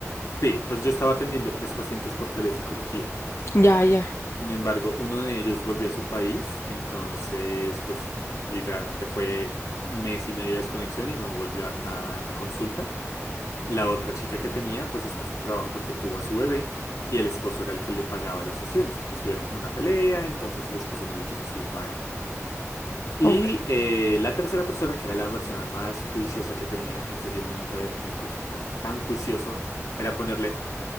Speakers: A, on the left (about 80°); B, on the left (about 55°).
A: sí, pues yo estaba atendiendo tres pacientes por telepsicología.
B: ya, ya,
A: Sin embargo, uno de ellos volvió a su país, entonces, pues literalmente fue mes y medio de desconexión y no volvió a, a- a consulta. La otra chica que tenía, pues está sin trabajo porque tuvo a su bebé y el esposo era el que le pagaba las sesiones y pues tuvieron como una pelea, entonces el esposo no le quiso seguir pagando. Y
B: ok.
A: eh, la tercera persona, que era la persona más juiciosa que tenía, en serio nunca había tenido un consultante tan juicioso era ponerle